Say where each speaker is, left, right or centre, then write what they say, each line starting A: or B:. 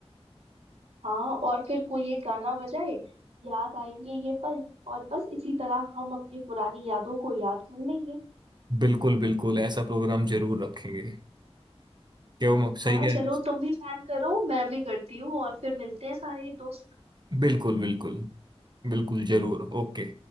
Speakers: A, on the right; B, on the right.
A: हाँ और फिर कोई एक गाना बजाए याद आएंगे ये पल और बस इसी तरह हम अपनी पुरानी यादों को याद कर लेंगे
B: बिल्कुल बिल्कुल ऐसा प्रोग्राम जरूर रखेंगे क्यों सही
A: हाँ
B: कह
A: चलो
B: रहे
A: तुम भी प्लान करो मैं भी करती हूँ और फिर मिलते हैं सारे दोस्त
B: हैं? बिल्कुल बिल्कुल बिल्कुल जरूर ओके